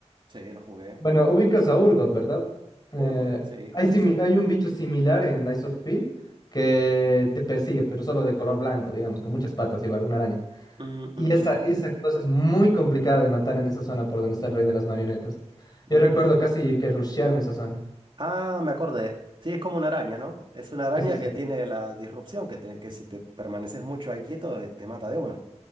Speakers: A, on the right; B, on the left.
A: Sí, lo jugué.
B: Bueno, ubicas a Urgot, ¿verdad? Eh,
A: Urgot, sí,
B: hay,
A: una
B: simi-
A: pesadilla.
B: hay un bicho similar en Lies of P que te persigue, pero solo de color blanco, digamos, con muchas patas, igual, una araña.
A: Mm,
B: Y
A: mm,
B: esa, esa cosa es muy complicada de matar en esa zona por donde está el rey de las marionetas. Yo
A: mm, mm,
B: recuerdo
A: mm.
B: casi que rushearme esa zona.
A: Ah, me acordé. Sí, es como una araña, ¿no? Es una araña
B: Sí, sí, sí.
A: que tiene la disrupción, que, te- que si te permaneces mucho ahí quieto, eh, te mata de una.